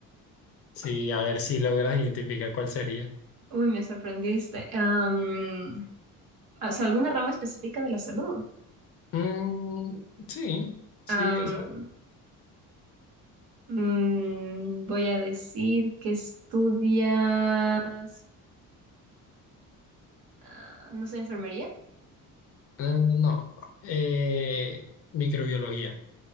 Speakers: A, on the left; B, on the right.
A: sí, a ver si logras identificar cuál sería.
B: Uy, me sorprendiste. Am, o sea, alguna rama específica de la salud.
A: Mm, sí, sí,
B: Am,
A: eso.
B: mm, voy a decir que estudias, ah, no sé, enfermería,
A: eh, no, eh, microbiología.